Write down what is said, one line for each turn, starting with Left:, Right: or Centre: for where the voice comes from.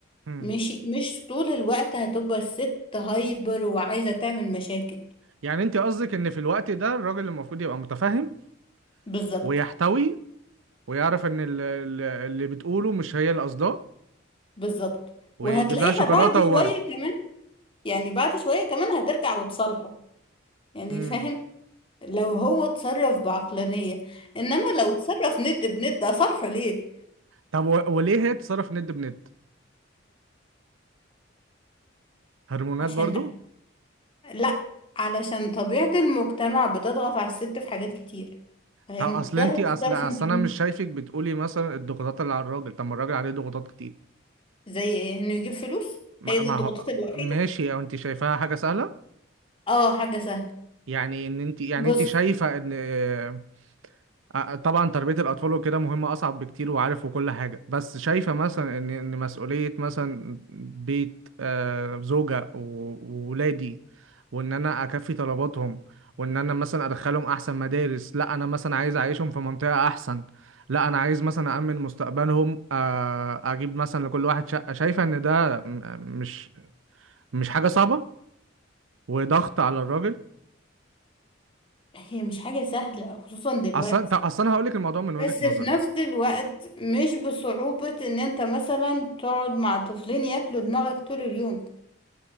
Right: مم.
Left: مش مش طول الوقت هتبقى الست هايبر وعايزة تعمل مشاكل
Right: يعني انت قصدك ان في الوقت ده الراجل المفروض يبقى متفهم
Left: بالظبط
Right: ويحتوي ويعرف ان ال- ال- اللي بتقوله مش هي اللي قصداه
Left: بالظبط
Right: ويجيب
Left: وهتلاقيها
Right: لها شوكولاته
Left: بعد
Right: وورد
Left: شوية كمان يعني بعد شوية كمان هترجع وتصالحه يعني
Right: امم
Left: فاهم لو هو اتصرف بعقلانية انما لو اتصرف ند بند اصالحه ليه
Right: طب و- وليه هي تتصرف ند بند هرمونات
Left: عشان
Right: برضو
Left: لا علشان طبيعة المجتمع بتضغط على الست في حاجات كتير فهي
Right: طب
Left: مضطرة
Right: اصل انت اصل
Left: تتصرف
Right: اصل
Left: إن-
Right: انا مش شايفك بتقولي مثلا الضغوطات اللي على الراجل طب ما الراجل عليه ضغوطات كتير
Left: زي ايه انه يجيب فلوس
Right: ما
Left: هي دي
Right: ما
Left: الضغوطات
Right: هو
Left: الوحيدة
Right: ماشي او انت شايفاها حاجه سهله
Left: اه حاجة سهلة
Right: يعني ان انت يعني
Left: بص
Right: انت شايفه ان آه، آه، طبعا تربيه الاطفال وكده مهمه اصعب بكتير وعارف وكل حاجه بس شايفه مثلا ان ان مسؤوليه مثلا بيت آه، زوجه و- وولادي وان انا اكفي طلباتهم وان انا مثلا ادخلهم احسن مدارس لا انا مثلا عايز اعيشهم في منطقه احسن لا انا عايز مثلا امن مستقبلهم آه، اجيب مثلا لكل واحد شقه شايفه ان ده م- مش مش حاجه صعبه وضغط على الراجل
Left: هي مش حاجة سهلة خصوصا دلوقتي
Right: اصل طب اصل انا هقول لك الموضوع من وجهة
Left: بس
Right: نظري
Left: في نفس الوقت مش بصعوبة ان انت مثلا تقعد مع طفلين ياكلوا دماغك طول اليوم